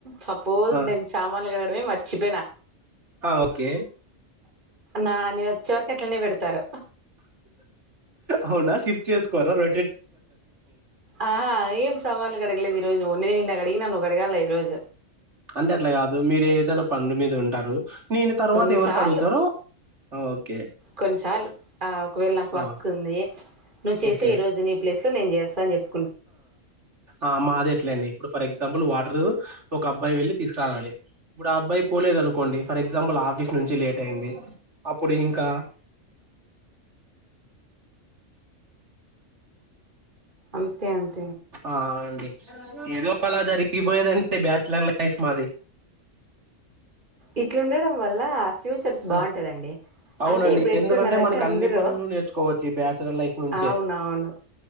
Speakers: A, on the right (about 40°); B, on the right (about 65°).
A: సపోజ్
B: ఆ
A: నేను సామాన్లు అదే మరిచిపోయినా
B: ఆ ఓకే
A: నా నేను వచ్చే వరకు ఎట్లనే పెడతారు
B: అవునా శిఫ్ట్ చేసుకోరా రె
A: ఆ ఏం సామానులు కడగలేద ఈజు నిన్న అడిగి నన్న్ అడగాలి ఈరోజు
B: అంటే అట్లా కాదు మీరు ఏ ఏదైనా పంన్లు మీద ఉంటారు నేను తర్వాత
A: కొన్నిసార్లు
B: ఎవరికి అడుగుతారో ఆ, ఓకే
A: కొన్నిసార్లు ఆ ఒకవేళ నాకు
B: ఆ
A: వర్క్ ఉంది నువ్వు చేసే
B: ఓకే
A: ఈ రోజు నీ ప్లేస్ లో నేను చేస్తా అని చెప్
B: ఆ మాద ఎట్లేండి ఇప్పుడు ఫర్ ఎగజా ఎగ్జాపుల్ వాటర్ ఒక అబ్బాయి వెళ్ళి తీసుకురానాలి ఇప్పుడు ఆ అబ్బాయి పోలేదు అనుకోండి ఫర్ ఎగ్జాంపుల్ ఆఫీస్ నుంచి లేట్ అయింది అప్పుడు ఇంకా
A: అంతేంత
B: ఆ అండి ఏదో అలా జరిగిపోయేదంటే బ్యాచలర్ లైఫ్ మాది
A: ఇట్లుండడం వల్ల ఫ్యూచర్
B: ఆ,
A: బాగుంటుందండి
B: అవునండి
A: అంటే ఇప్పుడు ఎట్లున్నారంటే
B: ఎందుకంటే మనకి
A: అందరుూ
B: అన్ని పనులు నేర్చుకోవచ్చు ఈ బ్యాచలర్ లైఫ్ నుంచే
A: అవున అవును